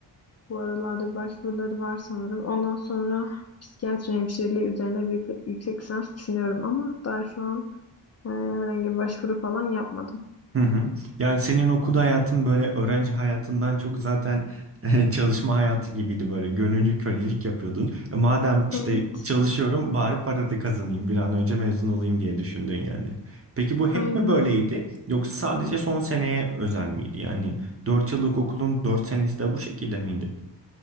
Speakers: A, on the left; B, on the right.
A: bu aralarda bir başvuruları var sanırım. Ondan sonra psikiyatri hemşireliği üzerine büyük bir yüksek lisans düşünüyorum ama daha şu an e, herhangi bir başvuru falan yapmadım.
B: Hı hı. Yani senin okul hayatın böyle öğrenci hayatından çok zaten <laughs> çalışma hayatı gibiydi böyle gönüllü kölelik yapıyordun. E, madem işte
A: Evet,
B: çalışıyorum bari para da kazanayım bir an önce mezun olayım diye düşündün yani. Peki bu hep
A: aynen
B: mi böyleydi
A: öyle.
B: yoksa sadece son seneye özel miydi? Yani dört yıllık okulun dört senesi de bu şekilde miydi?